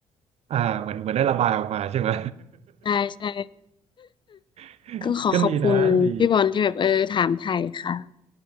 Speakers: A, on the right; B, on the left.
A: อ่าเหมือนเหมือนได้ระบายออกมาใช่ไหม
B: ได้ใช่
A: <laughs>
B: ก็ขอขอบคุณพี่บอลที่แบบเออถามไถ่ค่ะ
A: ก็ดีนะดี